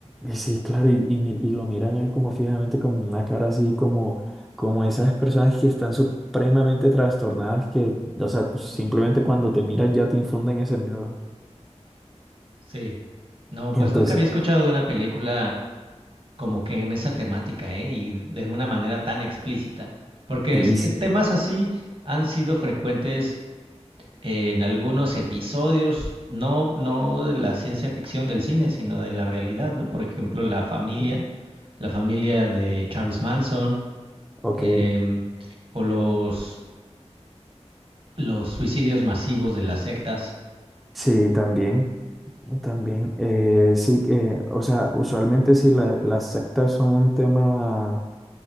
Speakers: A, in the centre; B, on the right.
A: c- sí, claro, y, y mi- y lo miran a él como fijamente, como una cara así como, como esas personas que están supremamente trastornadas, que, o sea, pues, simplemente cuando te miran ya te infunden ese miedo.
B: Sí. No,
A: Entonces,
B: pues nunca había escuchado de una película como que en esa temática, ¿eh? Y de una manera tan explícita. Porque
A: sí,
B: es-
A: sí,
B: eh, temas así han sido frecuentes en algunos episodios, no, no de la ciencia ficción del cine, sino de la realidad, ¿no? Por ejemplo, la familia,
A: sí,
B: la familia de Charles Manson,
A: ok,
B: em, o los, los suicidios masivos de las sectas.
A: sí, también. También, eh, sí que, o sea, usualmente sí la- las sectas son un tema,